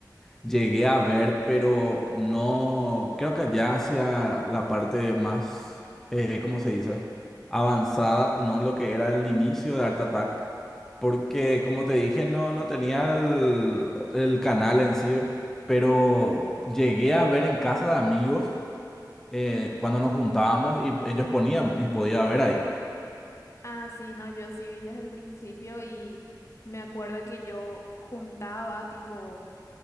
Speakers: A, in the centre; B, on the left.
A: Llegué a ver, pero no, creo que ya hacia la parte más, eh, ¿cómo se dice? Avanzada, no lo que era el inicio de Art Attack, porque como te dije, no, no tenía el, el canal en sí, pero llegué a ver en casa de amigos eh, cuando nos juntábamos y ellos ponían y podía ver ahí.
B: Ah, sí, no, yo sí vi desde el principio y me acuerdo que yo juntaba tipo